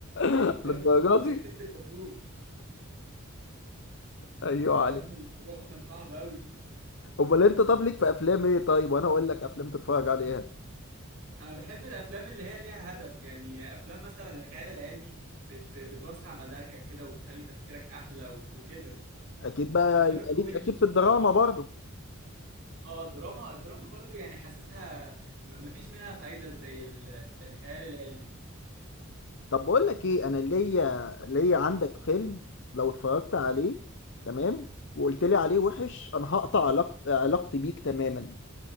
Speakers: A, on the left; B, on the right.
A: <laughs>
B: لا
A: للدرجه
B: بجد انا شكيت
A: دي
B: في الدبدوب
A: ايوه
B: ده،
A: عليك
B: ايام الموضوع كان صعب قوي
A: امال انت طب ليك في افلام ايه طيب وانا اقول لك افلام تتفرج عليها
B: انا بحب الافلام اللي هي ليها هدف يعني افلام مثلا الخيال العلمي بت... بتوسع مداركك كده وبتخلي تفكيرك احلى و... وكده
A: اكيد بقى
B: افلام
A: يبقى
B: الكوميدي
A: ليك اكيد في الدراما برضو
B: اه الدراما الدراما برضو يعني حاسسها م... مفيش منها فايدة زي ال... الخيال العلمي
A: طب بقول لك ايه انا ليا ليا عندك فيلم لو اتفرجت عليه تمام وقلت لي عليه وحش انا هقطع علاقت علاقتي بيك تماما